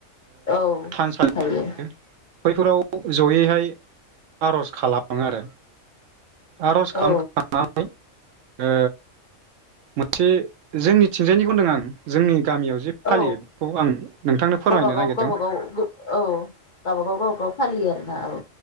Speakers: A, on the left; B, on the right.
A: औ
B: थानसालि
A: थायो
B: बैफोराव जयैहाय आरज खालामो आरो आरज खालामखांनानै
A: औ
B: ओ मोनसे जोंनिथिंजायनिखौ होनदों आं जोंनि गामियाव जे फालियो
A: औ
B: बेखौ आं नोंथांनो फोरमायनो
A: गावबागाव
B: नागिरदों
A: गावबागाव औ गावबागाव गावबागाव फालियो आरोना औ